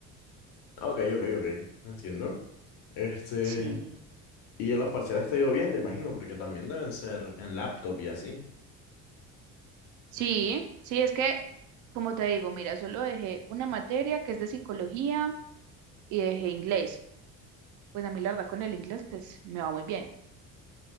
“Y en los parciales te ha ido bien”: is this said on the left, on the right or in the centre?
Left